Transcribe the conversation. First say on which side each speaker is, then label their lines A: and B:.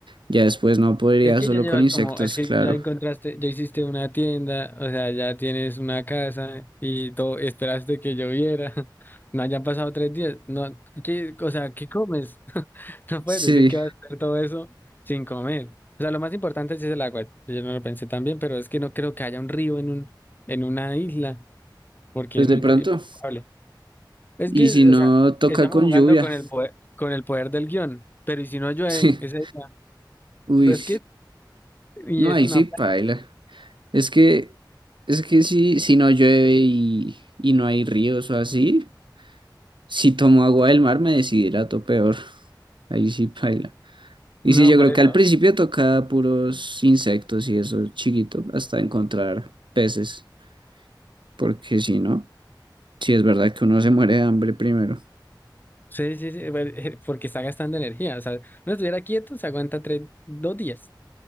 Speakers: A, on the right; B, on the left.
A: ya después no podría
B: Es que
A: solo
B: ya llevas
A: con insectos,
B: como, es que
A: claro.
B: ya encontraste, ya hiciste una tienda, o sea, ya tienes una casa y todo, esperaste que lloviera, <laughs> no hayan pasado tres días, no, ¿qué, o sea, ¿qué comes? <laughs> No puedes
A: Sí,
B: decir que vas a hacer todo eso sin comer. O sea, lo más importante sí es el agua, yo no lo pensé tan bien, pero es que no creo que haya un río en un, en una isla, porque
A: pues
B: es muy
A: de pronto.
B: pro- y poco probable. Es
A: Y
B: que,
A: si no
B: o sea,
A: toca
B: estamos
A: con
B: jugando
A: lluvia,
B: con el poder, con el poder del guión, pero ¿y si no llueve?
A: <laughs>
B: Ese
A: sí.
B: día?
A: Uy,
B: Es que, y
A: no,
B: es
A: ahí
B: una,
A: sí paila. Es que, es que si, si no llueve y, y no hay ríos o así, si tomo agua del mar me deshidrato peor. Ahí sí paila. Y
B: una
A: sí, yo
B: pareja
A: creo que al principio toca puros insectos y eso chiquito, hasta encontrar peces, porque si no, sí es verdad que uno se
B: ¿no?
A: muere de hambre primero.
B: Sí, sí, sí, eh, <laughs> porque está gastando energía. O sea, uno estuviera quieto, se aguanta tres, dos días,